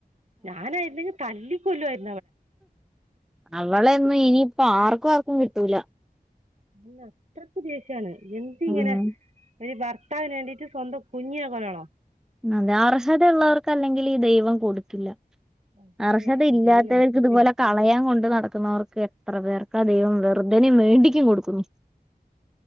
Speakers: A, on the right; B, in the centre.
A: ഞാന ആയിരുന്നെങ്കും തല്ലി കൊ <unintelligible>
B: അവളൊന്നും ഇനി അപ്പ ആർക്കുംആർക്ക കട്ടൂല
A: അല്ല അത്രത്ര ദേഷാണ് എന്തിങ്ങനെ
B: ഉം
A: ഒരു ഭർത്താവിന് വേണ്ടിട്ട് സ്വന്തം കുഞ്ഞിയാ കൊല്ലളോ
B: അതെ അർഹത ഉള്ളവർക്ക് അല്ലെങ്കിൽ ഈ ദൈവം കൊടുക്കില്ല
A: അതേ
B: അർഹത ഇല്ലാത്തവർക്ക്
A: അതന്നെ സത്യം
B: ഇതുപോലെ കളയാൻ കൊണ്ട് നടക്ക ക്കുന്നവർക്ക് എത്ര പേർക്കാ ദൈവം വെറുതനെും വേണ്ടിക്കും കൊടുക്കുന്നു